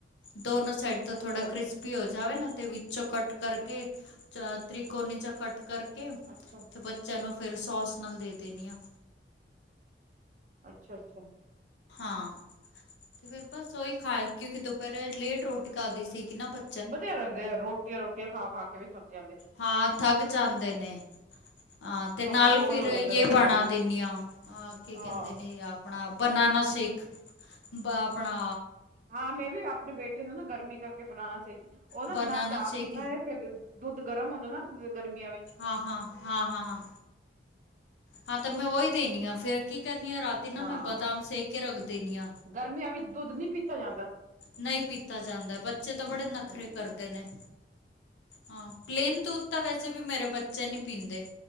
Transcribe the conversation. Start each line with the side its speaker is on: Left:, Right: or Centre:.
Left: ਦੋਨੋ ਸਾਈਡ ਤਾਂ
Right: ਅੱਛਾ
Left: ਥੋੜਾ ਕ੍ਰਿਸਪੀ ਹੋ ਜਾਵੇ ਨਾ ਤੇ ਵਿੱਚੋਂ ਕੱਟ ਕਰਕੇ ਚਾ ਤ੍ਰਿਕੋਨੀ ਚ ਕੱਟ ਕਰਕੇ,
Right: ਅੱਛਾ।
Left: ਤੇ ਬੱਚਿਆਂ ਨੂੰ ਫਿਰ ਸੌਸ ਨਾਲ ਦੇ ਦੇਨੀ ਆਂ।
Right: ਅੱਛਾ-ਅੱਛਾ।
Left: ਹਾਂ ਤੇ ਫਿਰ ਬਸ ਓਈ ਖਾ ਆਏ, ਕਿਓਂਕਿ ਦੁਪੈਰੇ ਲੇਟ ਰੋਟੀ ਖਾਦੀ ਸੀਗੀ ਨਾ ਬੱ
Right: ਵਦੀਆ ਲੱਗਦੇ ਆ, ਰੋਟੀਆਂ-ਰੋਟੀਆਂ ਖਾ-ਖਾ ਕੇ ਵੀ ਥੱਕ ਜਾਂਦੇ।
Left: ਹਾਂ ਥੱਗ ਜਾਂਦੇ ਨੇ। ਹਾਂ ਤੇ ਨਾਲ
Right: ਬੋਰ
Left: ਫਿਰ
Right: ਹੋ ਜਾਂਦਾ
Left: ਯੇ
Right: ਰੋਟੀਆਂ
Left: ਬਨਾ
Right: ਵੀ।
Left: ਦਿੰਨੀ ਆਂ, ਆਕੇ
Right: ਹਾਂ-ਹਾਂ
Left: ਕੈਂਦੇ ਨੇ ਏ ਆਪ ਆਪਨਾ ਬਨਾਨਾ ਸੇਖ, ਬ ਆਪਨਾ
Right: ਹਾਂ ਮੈਂ ਵੀ ਆਪਨੇ ਬੇਟੇ ਨੂੰ ਨਾ ਗਰਮੀ ਕਰਕੇ ਬਨਾਨਾ ਸੇਕ ਦੇ, ਓ ਤਾ
Left: ਬਨਾਨਾ
Right: ਨਾ ਚਾ
Left: ਸ਼ੇਕ
Right: ਪੀਂਦਾ ਏ ਫੇਰ ਦੁੱਦ-ਦੁੱਦ ਗਰਮ ਹੁੰਦਾ ਨਾ ਗਰਮੀਆਂ ਵਿੱਚ
Left: ਹਾਂ-ਹਾਂ-ਹਾਂ-ਹਾਂ-ਹਾਂ। ਹਾਂ ਤੇ ਮੈਂ ਓਹੀ ਦੇਨਿਆਂ, ਫੇਰ ਕੀ ਕਰਨੀ ਆ ਰਾਤੀ ਨਾ
Right: ਹਾਂ
Left: ਮੈਂ ਬਾਦਾਮ ਸੇ ਕੇ ਰੱਖ ਦੇਨਿਆਂ।
Right: ਗਰਮੀਆਂ ਵਿੱਚ ਦੁੱਧ ਨੀ ਪੀਤਾ ਜਾਂਦ
Left: ਨਈਂ, ਪੀਤਾ ਜਾਂਦਾ ਬੱਚੇ ਤਾਂ ਬੜੇ ਨਖਰੇ
Right: ਹੂੰ
Left: ਕਰਦੇ ਨੇ। ਹਾਂ, ਪਲੇਨ ਦੁਧ ਤਾਂ ਵੈਸੇ ਵੀ ਮੇਰੇ ਬੱਚੇ ਨੀਂ ਪੀਂਦੇ।